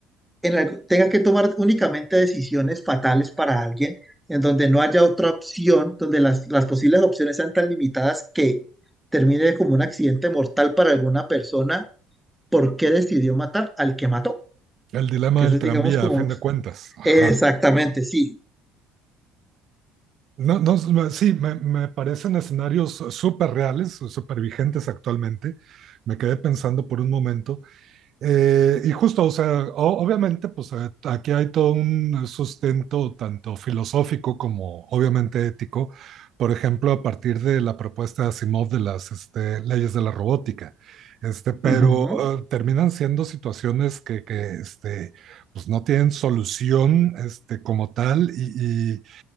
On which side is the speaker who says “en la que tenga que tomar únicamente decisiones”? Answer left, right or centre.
Centre